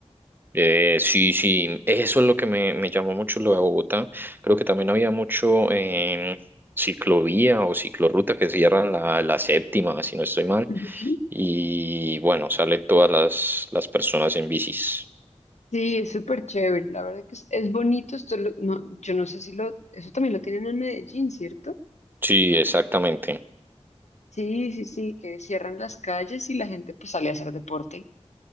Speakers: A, on the right; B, on the left.
A: eh, sí, sí, eso es lo que me, me llamó mucho lo de Bogotá. Creo que también había mucho eh, ciclovía o ciclorruta que cierran la, la séptima, si no estoy mal.
B: Ujú.
A: Y bueno, sale todas las, las personas en bicis.
B: Sí, es súper chévere, la verdad que es, es bonito esto, lo- no, yo no sé si lo, eso también lo tienen en Medellín, ¿cierto?
A: Sí, exactamente.
B: Sí, sí, sí, que cierran las calles y la gente pues sale a hacer deporte.